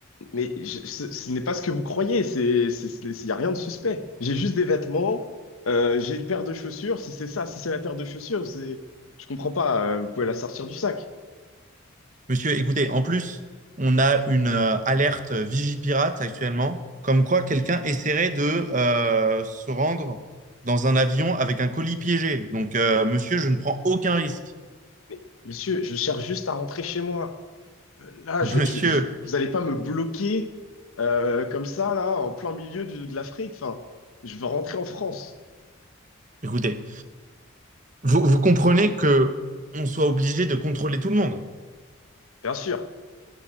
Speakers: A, on the left; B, on the right.
A: mais je- ce, ce n'est pas ce que vous croyez. C'est, c'est, c'est- il n'y a rien de suspect. J'ai juste des vêtements. euh, j'ai une paire de chaussures. Si c'est ça, si c'est la paire de chaussures, c'est, je comprends pas. euh, vous pouvez la sortir du sac.
B: Monsieur, écoutez, en plus, on a une euh, alerte Vigipirate actuellement, comme quoi quelqu'un essaierait de euh, se rendre dans un avion avec un colis piégé. Donc, euh, monsieur, je ne prends aucun risque.
A: Mais monsieur, je cherche juste à rentrer chez moi. Euh, Là,
B: <laughs>
A: je,
B: Monsieur,
A: je- je- vous n'allez pas me bloquer euh, comme ça là, en plein milieu de, de l'Afrique. Enfin, je veux rentrer en France.
B: écoutez, vous, vous comprenez que on soit obligé de contrôler tout le monde
A: Bien sûr.